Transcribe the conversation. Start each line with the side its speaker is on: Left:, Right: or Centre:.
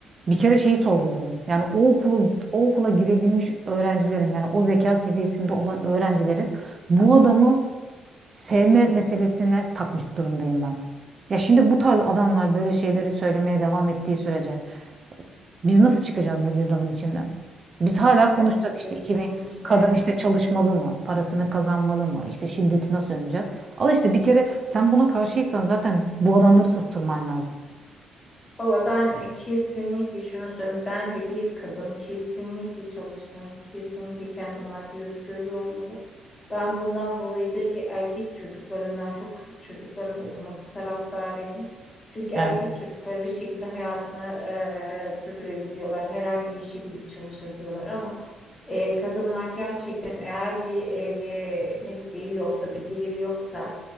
Right: Bir kere şeyi sorguluyorum. Yani o okulu o okula girebilmiş öğrencilerin yani o zeka seviyesinde olan öğrencilerin bu adamı sevme meselesine takmış durumdayım ben. Ya şimdi bu tarz adamlar böyle şeyleri söylemeye devam ettiği sürece biz nasıl çıkacağız bu girdabın içinden? Biz hala konuşacağız
Left: Yani
Right: işte
Left: Kesinlikle
Right: 2000 kadın
Left: evet.
Right: işte çalışmalı mı? Parasını kazanmalı mı? İşte şiddeti nasıl önleyeceğiz? Al işte bir kere sen buna karşıysan zaten bu adamları susturman lazım.
Left: Valla ben kesinlikle şunu söyleyeyim. Bence bir kadın kesinlikle çalışmalı, kesinlikle kendi maddi özgürlüğü olmalı. Ben bundan dolayıdır ki erkek çocuklarından çok kız çocuklarının okuması taraftarıyım. Çünkü erkek
Right: Evet.
Left: çocukları bir şekilde hayatını eee, sürdürebiliyorlar. Herhangi bir işe girip çalışabiliyorlar ama eee, kadınlar gerçekten eğer bir eee, mesleği yoksa, bir geliri yoksa